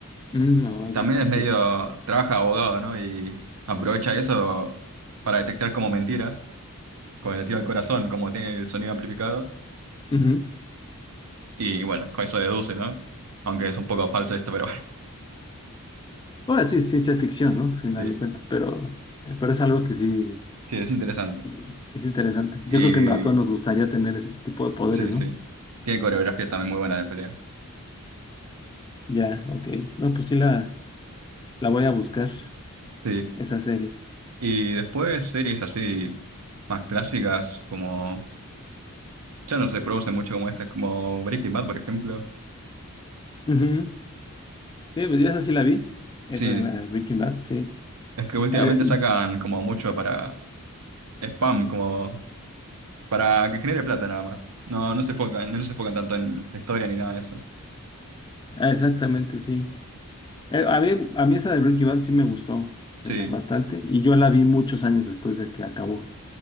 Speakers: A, on the left; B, on the right.
A: Mm, oh, ya,
B: También es
A: ok.
B: medio, trabaja abogado, ¿no? Y aprovecha eso para detectar como mentiras, con el tío del corazón, como tiene el sonido amplificado.
A: Ujú.
B: Y bueno, con eso deduce, ¿no? Aunque es un poco falso esto, pero bueno,
A: Bueno, sí, es ciencia ficción, ¿no? Al final
B: <laughs> sí,
A: de cuentas, pero, eh, pero es algo que sí
B: sí, es interesante.
A: y- es interesante. Yo
B: Y
A: creo que no- a todos nos gustaría tener ese tipo de poderes,
B: sí,
A: ¿no?
B: sí. Tiene coreografías también muy buenas de pelea.
A: Ya, ok. No, pues sí la, la voy a buscar,
B: Sí.
A: esa serie.
B: Y después series así más clásicas como... Ya no se produce mucho como estas, como Breaking Bad, por ejemplo.
A: Ujú. Sí, pues yo esa sí la vi, esa
B: Sí,
A: de la de Breaking Bad, sí.
B: es que últimamente
A: Eh,
B: sacan como mucho para spam, como para que genere plata nada más. No, no se enfocan, no se enfocan tanto en la historia ni nada de eso.
A: ah, Exactamente, sí. Eh, a mí, a mí esa de Breaking Bad sí me gustó
B: Sí,
A: eh, bastante y yo la vi muchos años después de que acabó.